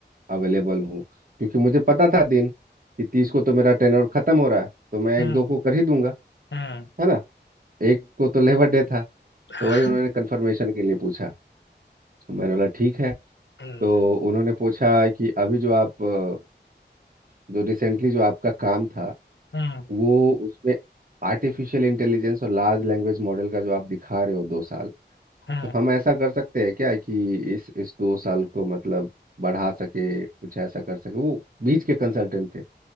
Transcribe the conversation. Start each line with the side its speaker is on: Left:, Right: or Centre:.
Right: अवेलेबल हूँ क्योंकि मुझे पता था दिन कि तीस को तो मेरा टेनर खत्म हो रहा है तो मैं
Left: हाँ
Right: एक दो को कर ही दूंगा
Left: हाँ
Right: है ना एक को तो लेबर डे था
Left: हाँ
Right: तो वही उन्होंने कंफर्मेशन के लिए पूछा तो मैंने बोला ठीक है
Left: हम्म,
Right: तो उन्होंने पूछा कि अभी जो आप अ, जो रिसेंटली जो आपका काम था
Left: हम्म,
Right: वो उसमें आर्टिफिशियल इंटेलिजेंस और लार्ज लैंग्वेज मॉडल का जो आप दिखा रहे हो दो साल
Left: हम्म,
Right: तो हम ऐसा कर सकते हैं क्या कि इस इस दो साल को मतलब बढ़ा सके कुछ ऐसा कर सके वो बीच के कंसल्टेंट थे